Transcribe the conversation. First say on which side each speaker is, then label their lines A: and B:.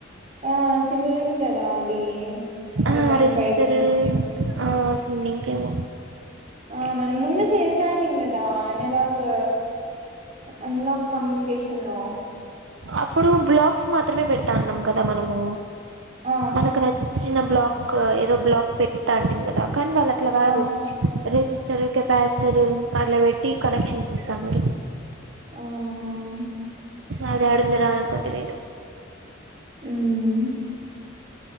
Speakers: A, on the right; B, on the right.
A: ఆ సిమ్ములింగ్ గదా అది ఫైవ్
B: ఆ
A: పాయింట్
B: రెసిస్టర్
A: ఫైవు
B: ఆ సిమ్మిలింక్ ఏమో
A: ఆ మనం ముందే చేస్ సాంటిం కదా అనలాగ్ అనలాగ్ కమ్యూనికషన్ లో
B: అప్పుడు బ్లాక్స్ మాత్రమే పెడతాన్నాం కదా మనమూ
A: ఆ
B: మనకు నచ్చిన బ్లాక్ ఏదో బ్లాక్ పెట్టుతా అంటి కదా కానీ వాళ్ళు అట్లా కాదు
A: ఆ
B: రేసిస్ టరు కెపాసిటర్ అట్లా పెట్టి కనెక్షన్స్ ఇస్తాన్నారు
A: ఆ అ ఆ
B: అది యాడుంది అనుకుంటి నాను
A: మ్